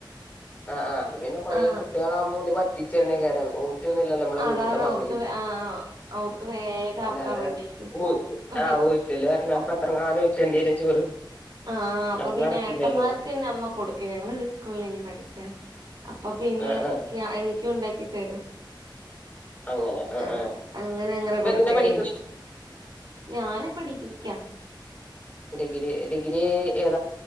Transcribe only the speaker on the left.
ആഹ് ആഹ് അത് പിന്നെ കുറെ
കുട്ടികളാകുമ്പോ ഇല്ലേ വറ്റിച്ചെന്നേ കാരം ഓ ഊറ്റുന്നില്ലല്ലോ നമ്മളെ വീട്ട്ത്തെ
മാതിരി
അല്ലാതെ
ഊ
ഊ ഊറ്റലു പറഞ്ഞാ അപ്പോ എത്രങ്ങാണ്ട് ഊറ്റണ്ടി വരും ചോറ്
അത്
നടക്കില്ലല്ലോ
ആ ആ
അങ്ങനെ ആ
ആ
ഇപ്പൊ
എന്തിനാ പഠിക്കണെ
ഡിഗ്രി ഡിഗ്രി ഏതാ